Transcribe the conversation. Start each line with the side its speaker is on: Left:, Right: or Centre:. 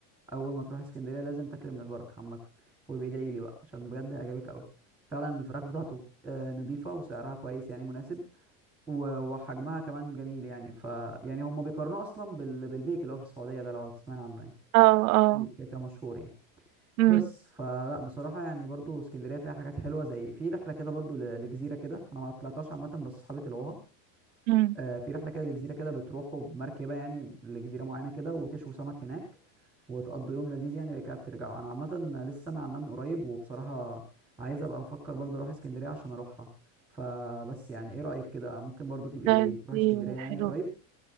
Centre: أول ما تروح اسكندرية لازم تاكل من البركة عامة وبيدعي لي بقى عشان بجد هيعجبك أوي فعلا الفراخ بتاعته آه، نضيفة وسعرها كويس يعني مناسب و- وحجمها كمان جميل يعني ف يعني هما بيقارنوه أصلا بال... بالبيك اللي هو في السعودية ده لو تسمعي عنه يعني
Right: اه اه
Centre: أكيد كده كده مشهور يعني
Right: امم
Centre: بس فلا بصراحة يعني برضو اسكندرية فيها حاجات حلوة زي في رحلة كده برضو ل- لجزيرة كده أنا ما طلعتهاش عامة بس صحابي طلعوها
Right: امم
Centre: آه، في رحلة كده لجزيرة كده بتروحوا بمركبة يعني لجزيرة معينة كده وتشووا سمك هناك وتقضوا يوم لذيذ يعني بعد كده بترجعوا أنا عامة لسه سامع عنها من قريب وبصراحة عايز أبقى أفكر برضو أروح اسكندرية عشان أروحها فبس يعني إيه رأيك كده ممكن برضو تبقي
Right: ده
Centre: تروحي
Right: دي
Centre: اسكندرية يعني
Right: حلوة
Centre: قريب